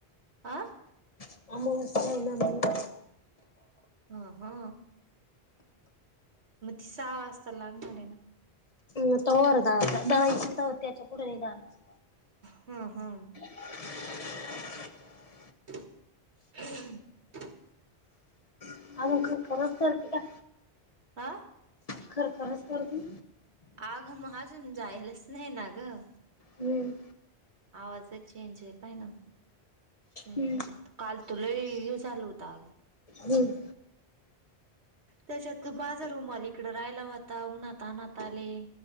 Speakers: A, on the right; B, on the left.
A: आ
B: <unintelligible> हाय ना मग
A: हा हा मग ती सहा वाजता लागणार आहे ना.
B: ह तवर दळायचं दळायचं तर त्याच्या पुढं नाही दळायचं.
A: हा हा.
B: <inaudible>
A: <inaudible>
B: अग काय खरंच करती काय?
A: आ?
B: खरं खरंच करती.
A: आग मग आजून जायलाच नाही ना ग.
B: हम्म.
A: आवाजच चेंज आहे पाहिना. तेन
B: हम्म
A: दागा आता काल तुलाही हे झाल होता अगं.
B: हम्म.
A: त्याच्यात तू माझा रूमाल इकड रायला होता उन्हातानात आले.